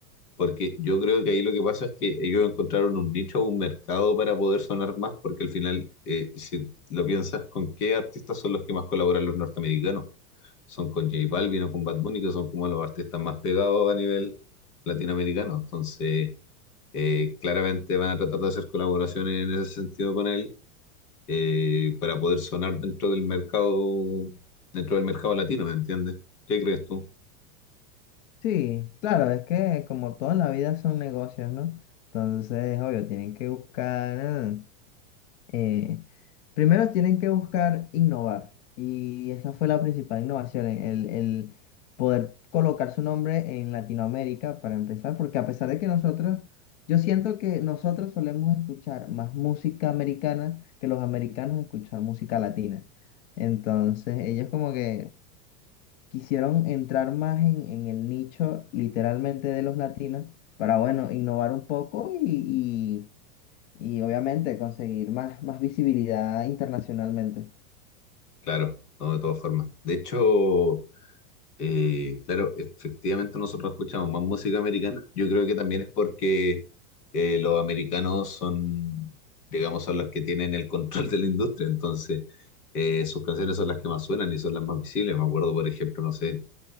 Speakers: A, on the left; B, on the left.
A: Porque yo creo que ahí lo que pasa es que ellos encontraron un nicho, un mercado para poder sonar más, porque al final, eh, si lo piensas, ¿con qué artistas son los que más colaboran los norteamericanos? Son con J Balvin o con Bad Bunny, que son como los artistas más pegados a nivel latinoamericano. Entonces, eh, claramente van a tratar de hacer colaboraciones en ese sentido con él eh, para poder sonar dentro del mercado, dentro del mercado latino, ¿me entiendes? ¿Qué crees tú?
B: Sí, claro, es que como toda la vida son negocios, ¿no? Entonces, obvio, tienen que buscar... ah, eh, primero tienen que buscar innovar y esa fue la principal innovación, e, el, el poder colocar su nombre en Latinoamérica para empezar, porque a pesar de que nosotros, yo siento que nosotros solemos escuchar más música americana que los americanos escuchar música latina. Entonces ellos como que quisieron entrar más en, en el nicho literalmente de los latinos para, bueno, innovar un poco y y obviamente conseguir más, más visibilidad internacionalmente.
A: Claro, no, de todas formas. De hecho... Eh, claro, efectivamente nosotros escuchamos más música americana. Yo creo que también es porque eh, los americanos son, digamos, son los que tienen el control de la industria, entonces eh, sus canciones son las que más suenan y son las más visibles. Me acuerdo, por ejemplo, no sé,